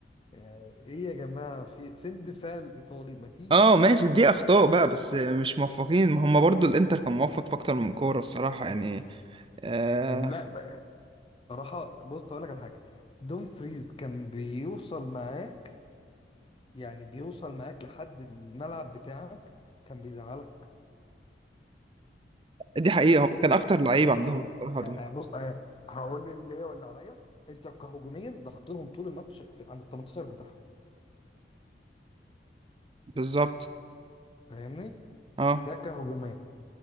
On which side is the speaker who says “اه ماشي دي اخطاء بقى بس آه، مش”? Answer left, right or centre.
Right